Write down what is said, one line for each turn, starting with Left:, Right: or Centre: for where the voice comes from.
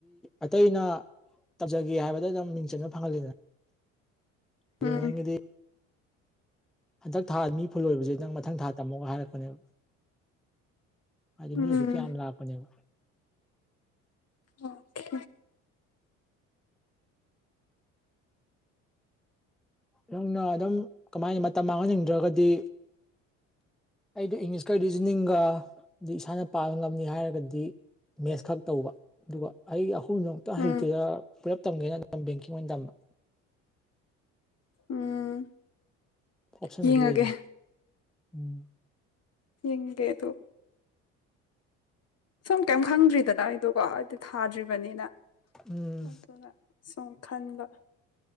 Centre: ꯑꯇꯩꯩꯅ ꯇꯧꯖꯒꯦ ꯍꯥꯏꯕꯗ ꯑꯗꯨꯝ ꯃꯤꯡ ꯆꯟꯕ ꯐꯪꯍꯜꯂꯤꯗꯅ ꯑꯗꯨꯃꯥꯏꯒꯤꯗꯤ
Left: ꯎꯝ
Centre: ꯍꯟꯗꯛ ꯊꯥ ꯃꯤ ꯐꯨꯜ ꯂꯣꯏꯕꯁꯦ ꯅꯪ ꯃꯊꯪ ꯊꯥ ꯇꯝꯃꯣꯒ ꯍꯥꯏꯔꯛꯄꯅꯦꯕ ꯍꯥꯏꯗꯤ
Left: ꯎꯝ
Centre: ꯃꯤ ꯑꯗꯨ ꯀꯌꯥꯝ ꯂꯥꯛꯄꯅꯦꯕ
Left: ꯑꯣꯀꯦ
Centre: ꯅꯪꯅ ꯑꯗꯨꯝ ꯀꯃꯥꯏꯅ ꯃꯇꯝ ꯃꯥꯡꯍꯟꯅꯤꯡꯗ꯭ꯔꯒꯗꯤ ꯑꯩꯗꯣ ꯏꯪꯂꯤꯁꯀ ꯔꯤꯖꯅꯤꯡꯒꯗꯤ ꯏꯁꯥꯅ ꯄꯥꯕ ꯉꯝꯅꯤ ꯍꯥꯏꯔꯒꯗꯤ ꯃꯦꯁ ꯈꯛ ꯇꯧꯕ ꯑꯗꯨꯒ ꯑꯩ ꯄꯨꯝꯗꯃꯨꯛꯇ
Left: ꯎꯝ
Centre: ꯍꯩꯇꯦꯗ ꯄꯨꯂꯞ ꯇꯝꯒꯦꯅ ꯕꯦꯡꯀꯤꯡ ꯑꯣꯏꯅ ꯇꯝꯕꯝꯕ
Left: ꯎꯝ
Centre: ꯄ꯭ꯔꯣꯞꯁꯟꯗꯨꯗꯤ
Left: ꯌꯦꯡꯉꯒꯦ
Centre: ꯂꯩꯕ ꯎꯝ
Left: ꯍꯡꯦ ꯑꯗꯨ ꯁꯝ ꯀꯥꯏꯝ ꯈꯪꯗ꯭ꯔꯤꯗꯅ ꯑꯩꯗꯣꯀꯣ ꯑꯩꯗꯤ ꯊꯥꯗ꯭ꯔꯤꯕꯅꯤꯅ
Centre: ꯎꯝ
Left: ꯑꯗꯨꯅ ꯁꯨꯝ ꯈꯟꯕ